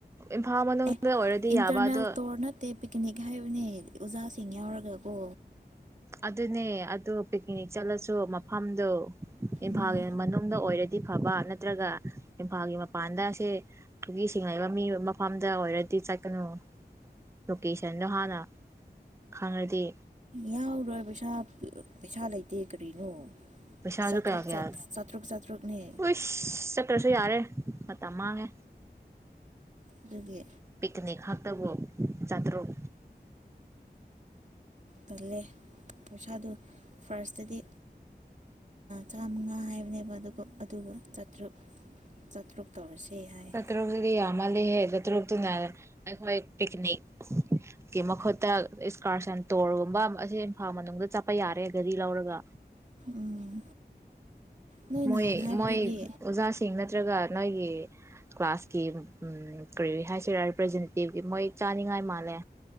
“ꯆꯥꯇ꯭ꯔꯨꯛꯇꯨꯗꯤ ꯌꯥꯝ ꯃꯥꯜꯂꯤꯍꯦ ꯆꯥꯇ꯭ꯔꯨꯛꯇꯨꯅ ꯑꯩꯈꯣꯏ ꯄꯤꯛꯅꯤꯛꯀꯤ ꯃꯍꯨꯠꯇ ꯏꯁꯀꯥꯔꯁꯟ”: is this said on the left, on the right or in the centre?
Right